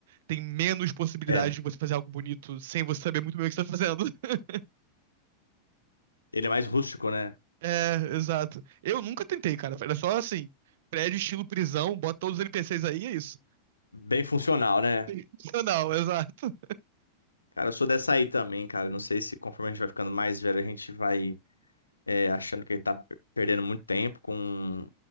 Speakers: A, on the right; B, on the left.
A: tem menos possibilidade
B: É.
A: de você fazer algo bonito sem você saber muito bem o que você tá fazendo. <laughs>
B: Ele é mais rústico, né?
A: É, exato. Eu nunca tentei, cara. Era só assim, prédio estilo prisão, bota todos os NPCs aí, é isso.
B: Bem funcional, né?
A: <laughs> Não, exato.
B: Cara, eu sou dessa aí também, cara. Não sei se conforme a gente vai ficando mais velho, a gente vai é, achando que ele tá per- perdendo muito tempo com,